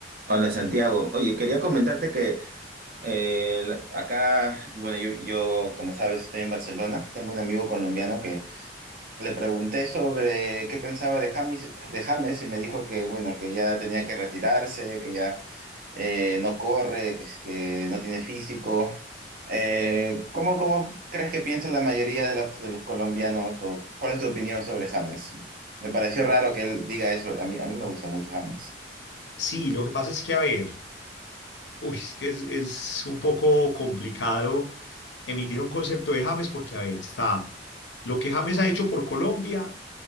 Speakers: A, on the right; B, on the left.
A: Hola Santiago, oye, quería comentarte que eh, la- acá, y bueno, yo, yo como sabes estoy en Barcelona, tengo un amigo colombiano que le pregunté sobre qué pensaba de James, de James y me dijo que bueno, que ya tenía que retirarse, que ya eh, no corre, que, es- que no tiene físico. Eh, ¿cómo, cómo crees que piensa la mayoría de los, de los colombianos o cuál es tu opinión sobre James? Me pareció raro que él diga eso, a mí, a mí me gusta mucho James.
B: Sí, lo que pasa es que, a ver, uy, es que es, es un poco complicado emitir un concepto de James porque, a ver, está lo que James ha hecho por Colombia